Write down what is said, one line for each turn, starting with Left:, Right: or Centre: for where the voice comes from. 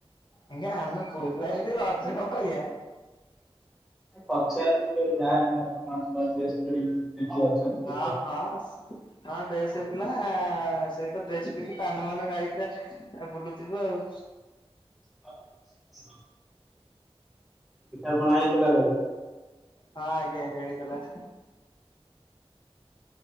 Left: ଆଜ୍ଞା, ଆମେ ପୁଅ ପିଲା ହେଇଚୁ ରଜ କଣ ପାଳିଆ?
Centre: ପଚାରିଲି <unintelligible> ଯାହା ଆପଣ <unintelligible> ଅଛନ୍ତି।
Left: ହଁ, ହଁ। ଡ୍ରେସ୍ ହେଇଥିଲା ସେଇତ ଡ୍ରେସ ପିନ୍ଧି ପାନ ଫାନ ଖାଇ ପୁରା ବୁଲୁଥିଲୁ ଆଉ।
Centre: <inaudible> ପିଠା ପଣା ହେଇଥିଲା ଘରେ?
Left: ହଁ ଆଜ୍ଞା, ଆଜ୍ଞା ହେଇଥିଲା।